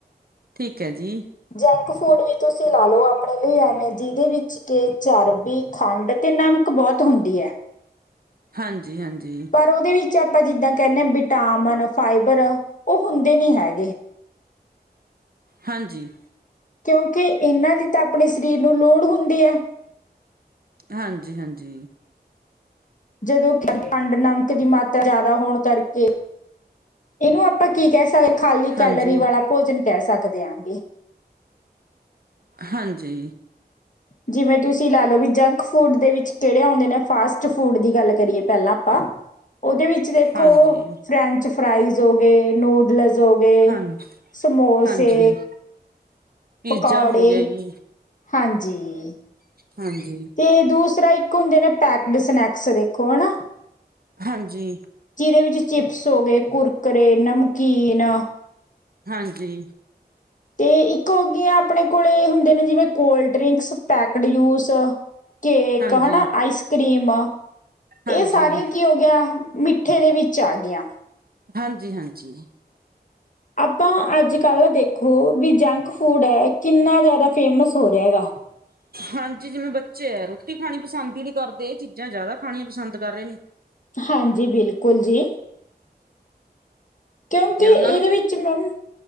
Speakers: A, on the right; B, on the left.
A: ਠੀਕ ਐ ਜੀ।
B: ਜੰਕ ਫੂਡ ਵੀ ਤੁਸੀਂ ਲਾ ਲਓ ਆਪਣੇ ਲਈ ਐਵੇਂ, ਜਿਦੇ ਵਿੱਚ ਕੇ ਚਰਬੀ, ਖੰਡ ਤੇ ਨਮਕ ਬਓਤ ਹੁੰਦੀ ਐ।
A: ਹਾਂਜੀ-ਹਾਂਜੀ।
B: ਪਰ ਉਦੇ ਵਿੱਚ ਆਪਾਂ ਜਿੱਦਾਂ ਕੈਂਨੇ ਆ, ਵਿਟਾਮਿਨ, ਫਾਈਬਰ ਓ ਹੁੰਦੇ ਨੀ ਹੈਗੇ।
A: ਹਾਂਜੀ।
B: ਕਿਉਂਕੇ ਇਨਾਂ ਦੀ ਤਾਂ ਆਪਣੇ ਸਰੀਰ ਨੂੰ ਲੋੜ ਹੁੰਦੀ ਐ।
A: ਹਾਂਜੀ-ਹਾਂਜੀ।
B: ਜਦੋਂ ਕੇ ਖੰਡ, ਨਮਕ ਦੀ ਮਾਤਰਾ ਜਾਦਾ ਹੋਣ ਕਰਕੇ ਇਨੂੰ ਆਪਾਂ ਕੀ ਕਹਿ ਸਕਦੇ, ਖਾਲੀ
A: ਹਾਂਜੀ
B: ਕੈਲਰੀ ਵਾਲਾ ਭੋਜਨ ਕਹਿ ਸਕਦੇ ਆ ਗੇ।
A: ਹਾਂਜੀ।
B: ਜਿਵੇਂ ਤੁਸੀਂ ਲਾ ਲੋ ਵੀ ਜੰਕ ਫੂਡ ਦੇ ਵਿੱਚ ਕੇੜੇ ਆਉਂਦੇ ਨੇ ਫਾਸਟ ਫੂਡ ਦੀ ਗੱਲ ਕਰੀਏ ਪਹਿਲਾਂ ਆਪਾਂ, ਉਹਦੇ ਵਿੱਚ ਵੇਖੋ
A: ਹਾਂਜੀ
B: ਫਰੈਂਚ-ਫਰਾਈਜ਼ ਹੋ ਗਏ, ਨੂਡਲਸ ਹੋ ਗਏ,
A: ਹਾਂ
B: ਸਮੋਸੇ।
A: ਹਾਂਜੀ ਪੀਜ਼ਾ
B: ਪਕੌੜੇ
A: ਹੋ ਗਿਆ ਜੀ,
B: ਹਾਂਜੀ
A: ਹਾਂਜੀ।
B: ਤੇ ਦੂਸਰਾ ਇੱਕ ਹੁੰਦੇ ਨੇ ਪੈਕਡ ਸਨੈਕਸ ਦੇਖੋਂ ਹਨਾ।
A: ਹਾਂਜੀ।
B: ਜਿਦੇ ਵਿੱਚ ਚਿਪਸ ਹੋ ਗਏ, ਕੁਰਕਰੇ, ਨਮਕੀਨ।
A: ਹਾਂਜੀ।
B: ਤੇ ਇੱਕ ਹੋ ਗੀ ਆ ਆਪਣੇ ਕੋਲੇ ਹੁੰਦੇ ਨੇ, ਜਿਵੇਂ cold drinks packed juice. Cake
A: ਹਾਂਜੀ
B: ਹਾਨਾ ਆਈਸ ਕਰ੍ਰੀਮ,
A: ਹਾਂਜੀ
B: ਇਹ ਸਾਰੀਆਂ ਕੀ ਹੋ ਗਿ ਗਈਆ, ਮਿੱਠੇ ਦੇ ਵਿੱਚ ਆ ਗਈਆ।
A: ਹਾਂਜੀ-ਹਾਂਜੀ।
B: ਆਪਾਂ ਅੱਜ-ਕੱਲ੍ਹ ਦੇਖੋ, ਵੀ ਜੰਕ-ਫੂਡ ਐ, ਕਿੰਨਾ ਜ਼ਿਆਦਾ ਫੇਮਸ ਹੋ ਰਿਹਾ ਗਾ?
A: ਹਾਂਜੀ, ਜਿਵੇਂ ਬੱਚੇ ਐ ਰੋਟੀ ਖਾਣੀ ਪਸੰਦ ਹੀ ਨੀ ਕਰਦੇ, ਇਹ ਚੀਜ਼ਾਂ ਜ਼ਿਆਦਾ ਖਾਣੀਆਂ ਪਸੰਦ ਕਰ ਰਹੇ ਨੇ।
B: ਹਾਂਜੀ ਬਿਲਕੁਲ ਜੀ। ਕਿਉਂਕਿ
A: ਜੇ ਉਨਾਂ
B: ਇਹਦੇ
A: ਨੂੰ,
B: ਵਿੱਚ ਮੈਮ